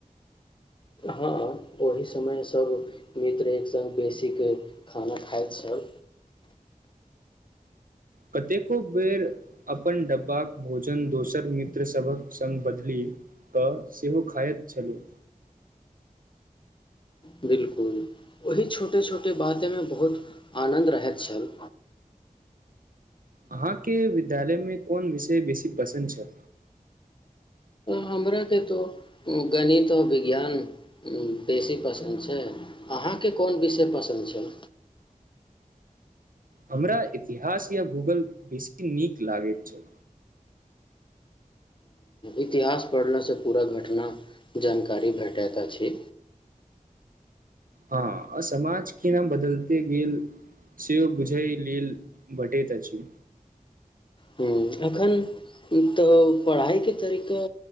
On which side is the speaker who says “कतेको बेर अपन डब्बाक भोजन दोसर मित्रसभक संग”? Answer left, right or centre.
Right